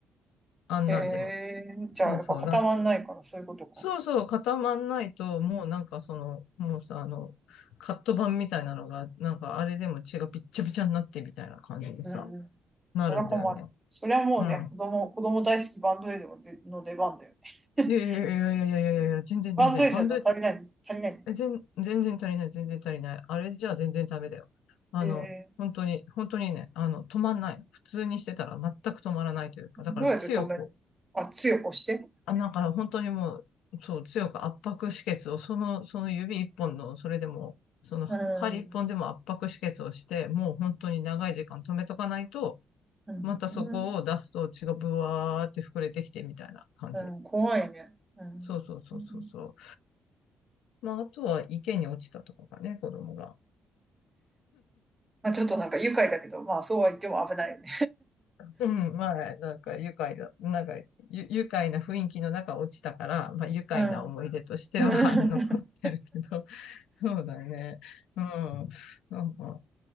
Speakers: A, on the left; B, on the right.
A: あんなんでも。
B: へじゃあやっぱ固まんないからそういうことか。
A: そうそう、なんそうそう、固まんないと、もうなんかその、もうさ、あの、カット板みたいなのが、なんかあれでも血がびっちゃびちゃになってみたいな感じでさ、
B: うんうん。
A: なるんだよね。
B: それは困る。それはもうね、
A: うん。
B: 子供、子供大好きバンドエイドの出の出番だよね。
A: いやいやいやいやいやいやいや、全然全然、
B: <laughs> バンドエイドじゃ足りない、
A: バンドエッ
B: 足りない。
A: え、全、全然足りない、全然足りない。あれじゃ全然ダメだよ。あの、
B: え
A: 本当に、本当にね、あの、止まんない。普通にしてたら全く止まらないというか、だから強く、
B: ー、どうやって止めるのあ、強く押して。
A: あ、だから本当にもう、そう、強く圧迫止血を、その、その指一本の、それでも、その針一本でも圧迫止血をして、
B: うん。
A: もう本当に長い時間止めとかないと、
B: うん。
A: またそこを出すと血がブワーって膨れてきてみたいな感じ。
B: うん、怖いね。うん。
A: そうそうそうそうそう。
B: うん
A: まあ、あとは池に落ちたとかかね、子供が。
B: まあ、ちょっとなんか愉快だけど、まあそうは言っても危ないよね。
A: うん、まあ、なんか愉快だ、なんかゆ愉快な雰囲気の中落ちたから、まあ愉快な思い出としては
B: <laughs> うん。<laughs>
A: <laughs> 残ってるけど、<laughs> そうだね。うん、なんか、